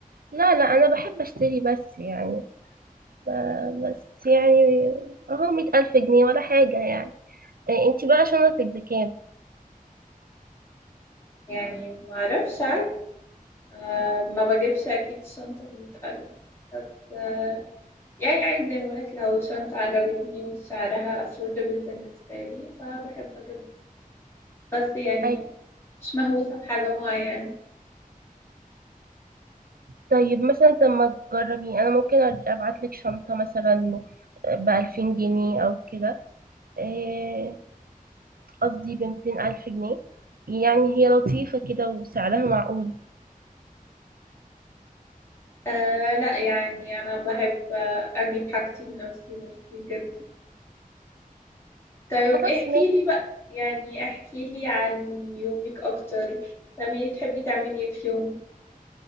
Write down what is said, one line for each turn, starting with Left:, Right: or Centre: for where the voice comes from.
Right: لا لا أنا بحب أشتري بس يعني ب- بس يعني أهو مية ألف جنيه ولا حاجة يعني إيه، انتي بقى شنطتك بكام؟
Left: يعني ما اعرفش عادي أه ما بجيبش اكيد شنطة بمية ألف بس أه يعني عايز زي ما بقولك لو شنطة عجبتني وسعرها affordable بالنسبة لي فبحب اجيبها بس يعني
Right: أي-
Left: مش مهووسة بحاجة معينة
Right: طيب مثلا طب ما تجربي أنا ممكن أبعتلك شنطة مثلا بألفين جنيه أو كده إيه، قصدي بمتين ألف جنيه يعني هي لطيفة كده وسعرها معقول
Left: أه لا يعني انا بحب آه، اجيب حاجتي بنفسي ميرسي جدا طيب
Right: خلاص
Left: احكي
Right: ماشي
Left: لي بقى يعني احكي لي عن يومك اكتر تعملي تحبي تعملي ايه في يومك